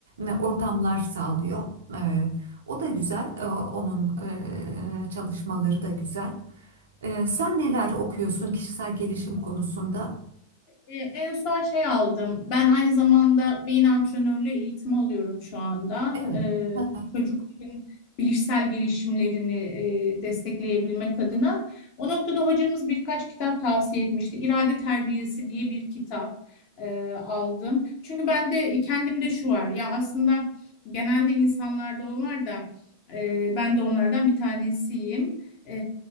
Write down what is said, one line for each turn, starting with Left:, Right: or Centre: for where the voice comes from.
Right: e, ortamlar sağlıyor. E, o da güzel, e, onun e, çalışmaları da güzel. E, sen neler okuyorsun kişisel gelişim konusunda?
Left: E, En son şey aldım. Ben aynı zamanda beyin antrenörlüğü eğitimi alıyorum şu anda.
Right: Evet.
Left: E,
Right: <laughs>
Left: çocukların bilişsel gelişimlerini e, destekleyebilmek adına. O noktada hocamız birkaç kitap tavsiye etmişti. İrade Terbiyesi diye bir kitap e, aldım. Çünkü ben de kendimde şu var. Ya aslında genelde insanlarda o var da e, ben de onlardan bir tanesiyim. E,